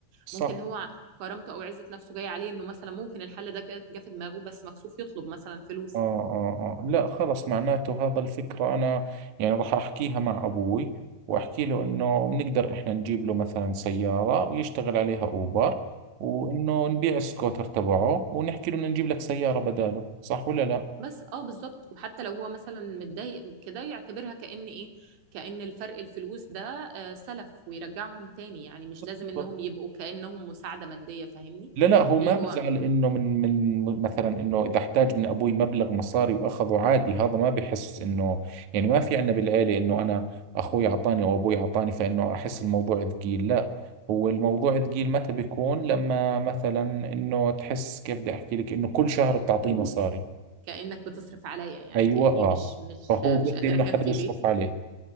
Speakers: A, on the right (about 55°); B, on the right (about 90°).
A: صح
B: ممكن هو كرامته او عزة نفسه جاية عليه انه مثلا ممكن الحل ده جه في دماغه بس مكسوف يطلب مثلا فلوس
A: آه, آه, آه لا خلص معناته هذا الفكرة أنا يعني راح أحكيها مع أبوي وأحكي له إنه بنقدر إحنا نجيب له مثلا سيارة ويشتغل عليها أوبر وإنه نبيع السكوتر تبعه ونحكي له بدنا نجيب لك سيارة بداله صح ولا
B: بس اه بالظبط وحتى لو هو مثلا متضايق كده يعتبرها كأن ايه كأن الفرق الفلوس ده آه، سلف ويرجعهم تاني يعني مش
A: لا؟
B: لازم انهم يبقوا كأنهم مساعدة مادية فاهمني
A: لا لا هو ما
B: اللي هو
A: بزعل انه من من مثلا انه اذا احتاج من ابوي مبلغ مصاري واخذه عادي هذا ما بحس انه يعني ما في عندنا بالعيله انه انا اخوي اعطاني او ابوي اعطاني فانه احس الموضوع ثقيل لا هو الموضوع ثقيل متى بيكون لما مثلا انه تحس كيف بدي احكي لك انه كل شهر بتعطيه مصاري
B: كأنك بتصرف عليا يعني
A: ايوه
B: كأني
A: اه
B: مش مش
A: فهو
B: آه، مش
A: بده
B: قادرة
A: انه
B: اكفي
A: حدا يصرف
B: بيتي
A: عليه